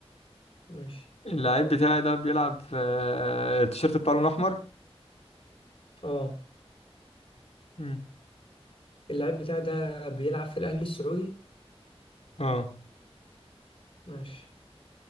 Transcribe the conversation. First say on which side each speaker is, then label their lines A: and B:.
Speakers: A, on the left; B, on the left.
A: ماشي
B: اللعيب بتاعي ده بيلعب في آه، التيشيرت بتاعه لونه أحمر
A: اه
B: مم.
A: اللعيب بتاعي ده بيلعب في الأهلي السعودي
B: اه
A: ماشي